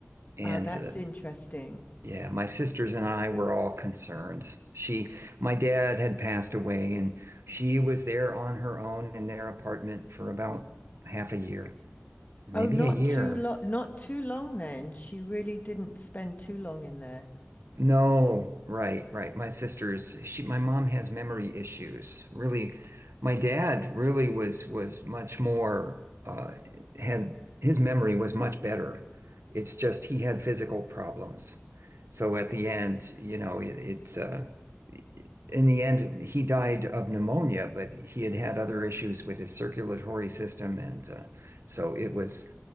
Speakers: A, on the right; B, on the left.
A: And
B: Ah, that's
A: uh,
B: interesting.
A: Yeah, my sisters and I were all concerned. She, my dad had passed away, and she was there on her own in their apartment for about half a year, maybe
B: Oh, not
A: a year.
B: too long, not too long then. She really didn't spend too long in there.
A: No, right, right. My sister's she my mom has memory issues. Really, my dad really was was much more uh had his memory was much better. It's just he had physical problems. So at the end, you know, it, it's uh in the end he died of pneumonia, but he had had other issues with his circulatory system and uh so it was